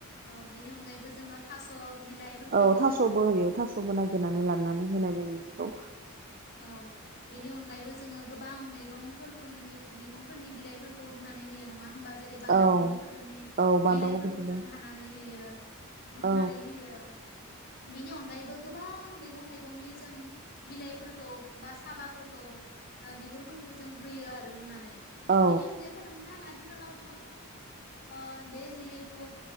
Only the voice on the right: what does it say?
औ
थास'बो होयो थास'बो नागिरनानै लाबनै होनाय जायो बेखौ।
औ
औ बान्दा
खबिखौबो
औ
औ